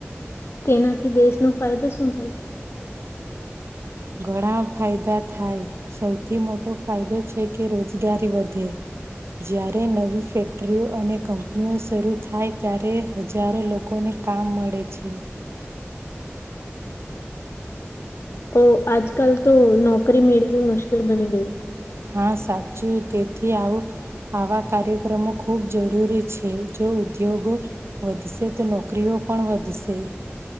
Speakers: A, on the left (about 65°); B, on the right (about 70°).
A: તેનાથી દેશનો ફાયદો શું થાય?
B: ઘણા ફાયદા થાય, સૌથી મોટો ફાયદો છે કે રોજગારી વધે. જ્યારે નવી ફેક્ટરીઓ અને કંપનીઓ શરૂ થાય ત્યારે હજારો લોકોને કામ મળે છે.
A: ઓ આજ કલ તો નોકરી મેળવી મુશ્કલ બની ગઈ.
B: હા સાચું તેથી આવું આવા કાર્યક્રમો ખૂબ જરૂરી છે. જો ઉદ્યોગો વધશે તો નોકરીઓ પણ વધશે.